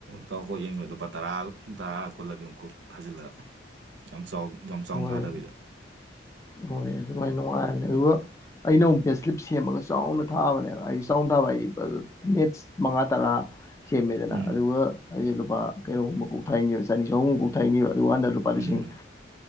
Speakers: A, on the right; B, on the left.
A: ꯗꯥꯎ ꯀꯣꯛ ꯌꯦꯡꯕ ꯂꯨꯄꯥ ꯇꯔꯥ ꯇꯔꯥ ꯀꯣꯜꯂ ꯀꯩꯅꯣ ꯀꯣꯛ ꯊꯥꯖꯤꯜꯂꯒ ꯌꯥꯝ ꯆꯥꯎ ꯌꯥꯝ ꯆꯥꯎꯅ
B: ꯍꯣꯏ
A: ꯊꯥꯗꯕꯤꯗ
B: ꯍꯣꯏ ꯑꯗꯨꯃꯥꯏꯅ ꯅꯨꯡꯉꯥꯏꯕꯅꯦ ꯑꯗꯨꯒ ꯑꯩꯅ ꯑꯃꯨꯛ ꯕꯦꯠꯁꯂꯤꯞ ꯁꯦꯝꯃꯒ ꯆꯥꯎꯅ ꯊꯥꯕꯅꯦꯕ ꯍꯥꯏꯗꯤ ꯆꯥꯎꯅ ꯊꯥꯕ ꯍꯥꯏꯗꯤ ꯃꯦꯠꯁ ꯃꯉꯥ ꯇꯔꯥ ꯁꯦꯝꯃꯦꯗꯅ
A: ꯎꯝ
B: ꯑꯗꯨꯒ ꯑꯩꯁꯦ ꯂꯨꯄꯥ ꯀꯩꯅꯣꯒꯨꯝꯕ ꯀꯣꯛ ꯊꯥꯏꯟꯒꯤꯕ ꯆꯅꯤ ꯆꯍꯨꯝꯒꯨꯝꯕ ꯊꯥꯏꯍꯟꯒꯤꯕ ꯑꯗꯨꯀꯥꯟꯗ ꯂ ꯂꯨꯄꯥ
A: ꯎꯝ
B: ꯂꯤꯁꯤꯡ